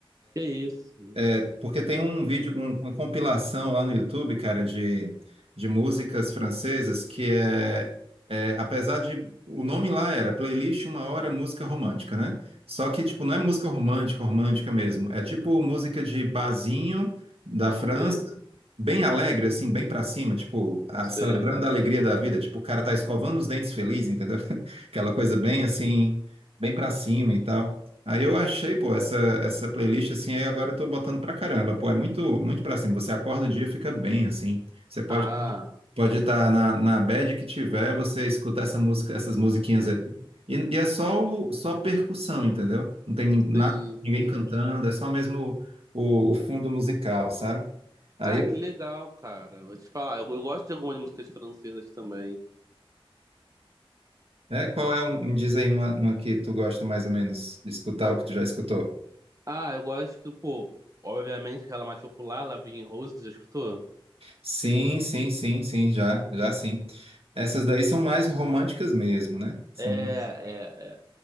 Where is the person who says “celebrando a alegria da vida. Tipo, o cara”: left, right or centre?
Right